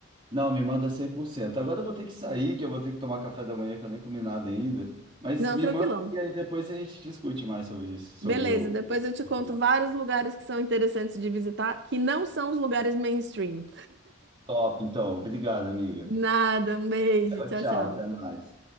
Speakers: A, on the right; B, on the right.
A: Não, me manda 100%. Agora eu vou ter que sair, que eu vou ter que tomar café da manhã, que eu nem comi nada ainda. Mas
B: Não,
A: me
B: tranquilão.
A: manda e aí depois a gente discute mais sobre isso, sobre
B: Beleza,
A: o
B: depois
A: o
B: eu te
A: Portugal.
B: conto vários lugares que são interessantes de visitar, que não são os lugares mainstream.
A: Top, então. Obrigado, amiga.
B: Nada, um beijo.
A: Tchau,
B: Tchau,
A: tchau.
B: tchau.
A: Até mais.